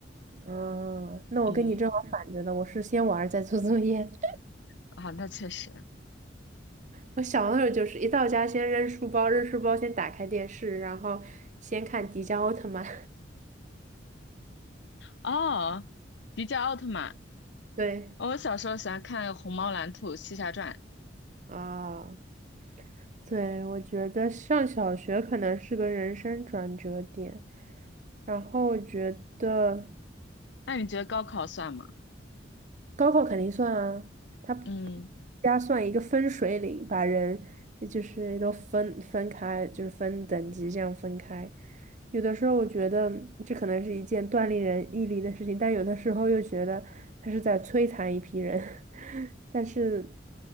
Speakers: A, on the right; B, on the left.
A: 嗯，那我跟你正好反着的，
B: 嗯，
A: 我是先玩儿再做作业。<laughs>
B: 啊，那确实。
A: 我小的时候就是一到家先扔书包，扔书包先打开电视，然后先看迪迦奥特曼。
B: 哦，迪迦奥特曼。
A: <laughs> 对，
B: 哦我小时候喜欢看《虹猫蓝兔七侠传》。
A: 啊，对，我觉得上小学可能是个人生转折点，然后我觉得。
B: 那你觉得高考算吗？
A: 高考肯定算啊，它
B: 嗯
A: 加算一个分水岭，把人就是都分分开，就是分等级这样分开。有的时候我觉得这可能是一件锻炼人毅力的事情，但有的时候又觉得他是在摧残一批人。<laughs> 但是